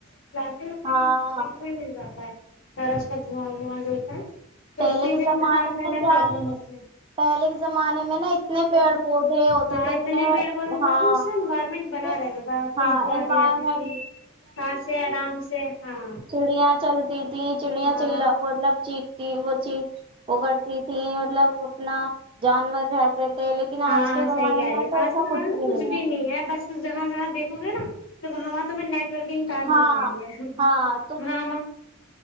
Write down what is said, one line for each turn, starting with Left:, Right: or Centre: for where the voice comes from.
Left: ج ہماراری
Right: ہاں
Left: انوائرمنٹ میں مل جاتا ہے سراف کا دھواں وواں جو ہوتا ہے تو
Right: پہلے
Left: اسی
Right: کے
Left: پہ
Right: زمانے
Left: ہمیں سانس لینے
Right: میں کیا
Left: پرابلم
Right: ہے
Left: ہوتی
Right: پہلے کے زمانے میں نا اتنے
Left: کیا
Right: پیڑ پودے ہوتے
Left: ہاں
Right: تھے اتنے
Left: پیڑ پودے
Right: ہاں
Left: تھے تو اس سے انوائرمنٹ بنا
Right: پھر
Left: رہے گ ب
Right: ہاں
Left: خوشبو
Right: انوائرمنٹ
Left: آتی آتی تھی س سے آرام سے ہاں
Right: چڑیاں چل سیتیھی چڑیاں
Left: ہاں
Right: چ مطلب چی ہو ی وہ کرتی یہ مطلب اپنا جانور رہتے تھے لیکن
Left: ہاں
Right: آج کے
Left: صحیح
Right: زمانے
Left: کہہ
Right: میں
Left: رہے
Right: تو
Left: ہو
Right: ایسا
Left: آج کل ہمارے
Right: کچھ
Left: تو
Right: بھی نہیں ہے
Left: بس جہاں جہاں دیکھو گے نا تو وہاں تو میں نیٹ ورکگتاب
Right: ہاں
Left: میں بنائی ہے
Right: ہاں
Left: وہاں